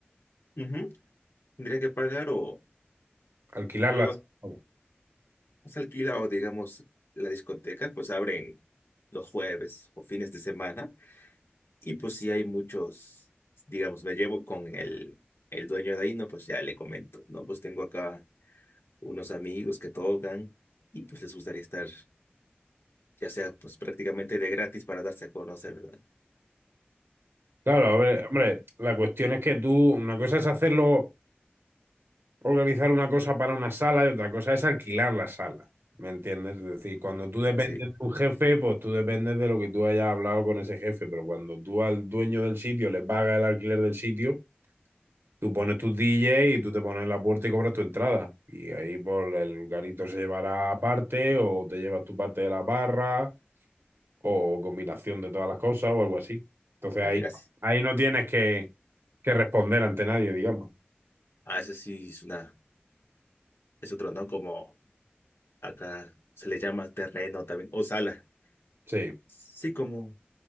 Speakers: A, on the left (about 80°); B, on the right (about 75°).
A: Ujú. Tendría que pagar o
B: Alquilar
A: luego
B: la sala. vamos.
A: se alquila o digamos la discoteca, pues abren los jueves o fines de semana y pues si hay muchos, digamos, me llevo con el, el dueño de ahí, no, pues ya le comento, no, pues tengo acá unos amigos que tocan y pues les gustaría estar, ya sea pues prácticamente de gratis para darse a conocer, ¿verdad?
B: Claro, a ver, hombre, la cuestión es que tú, una cosa es hacerlo, organizar una cosa para una sala y otra cosa es alquilar la sala. ¿Me entiendes? Es decir, cuando tú dependes
A: Así,
B: de un jefe, pues tú dependes de lo que tú hayas hablado con ese jefe, pero cuando tú al dueño del sitio le pagas el alquiler del sitio, tú pones tus DJ y tú te pones en la puerta y cobras tu entrada. Y ahí por el garito se llevará parte o te llevas tu parte de la barra o combinación de todas las cosas o algo así. Entonces
A: ah,
B: ahí,
A: mira, sí.
B: ahí no tienes que, que responder ante nadie, digamos.
A: Ah, esa sí es una es otro, ¿no? Como acá se le llama terreno también, o sala.
B: Sí.
A: Sí, como